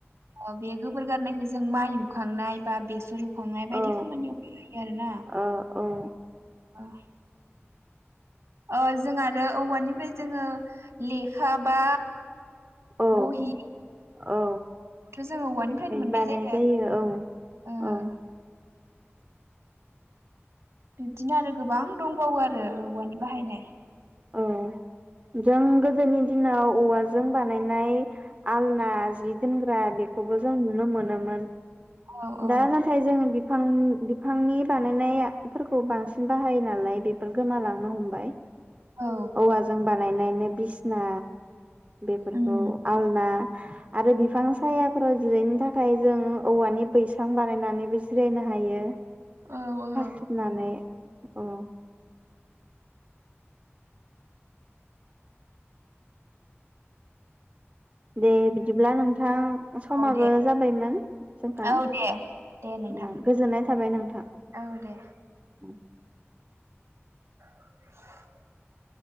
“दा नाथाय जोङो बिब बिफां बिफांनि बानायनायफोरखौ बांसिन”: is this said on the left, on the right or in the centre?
Right